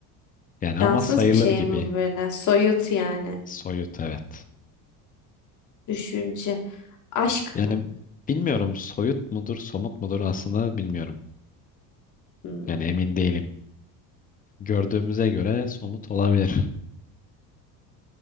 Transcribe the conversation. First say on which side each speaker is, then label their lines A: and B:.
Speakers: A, on the left; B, on the left.
A: Yani ama
B: Cansız
A: sayılır
B: bir şey
A: gibi.
B: mi bu böyle? Soyut yani.
A: Soyut, evet.
B: Düşünce. Aşk
A: Yani
B: mı?
A: bilmiyorum soyut mudur, somut mudur aslında bilmiyorum.
B: Hmm.
A: Yani emin değilim. Gördüğümüze göre somut olabilir.